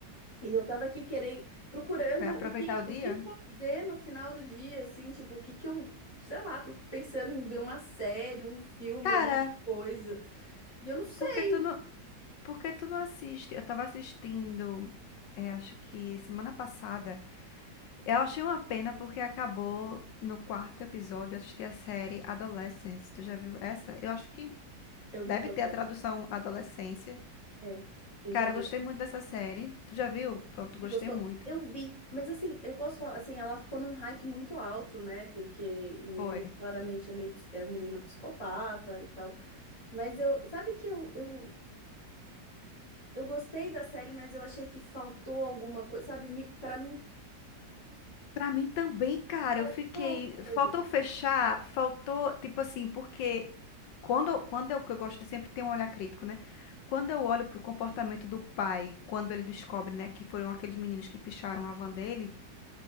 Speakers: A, on the left (about 20°); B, on the left (about 80°).
A: E eu tava aqui querendo, procurando
B: Vai aproveitar
A: o que,
B: o dia?
A: o que fazer no final do dia, assim, tipo, o que que eu, sei lá, pro- pensando em ver uma série, um filme,
B: Cara,
A: alguma coisa. E eu não sei.
B: por que tu não, por que tu não assiste? Eu tava assistindo, é, acho que semana passada. Eu achei uma pena porque acabou no quarto episódio, eu assisti a série Adolescence. Tu já viu essa? Eu acho que
A: Eu
B: deve
A: vi todas,
B: ter a tradução
A: né?
B: Adolescência.
A: é, eu
B: Cara,
A: já vi.
B: eu gostei muito dessa série. Tu já viu? Pronto,
A: Você
B: gostei
A: gostou?
B: muito.
A: Eu vi, mas assim, eu posso falar, assim, ela ficou num hype muito alto, né? Porque o menino
B: Foi.
A: claramente é meio, ps- é um menino psicopata e tal. Mas eu, sabe que eu, eu, eu gostei da série, mas eu achei que faltou alguma coisa, sabe? Me- Pra mim,
B: Pra mim também, cara,
A: faltou
B: eu fiquei.
A: alguma coisa.
B: Faltou fechar, faltou, tipo assim, porque quando, eu- quando eu, que eu gosto de sempre ter um olhar crítico, né? Quando eu olho pro comportamento do pai, quando ele descobre, né, que foram aqueles meninos que picharam a van dele,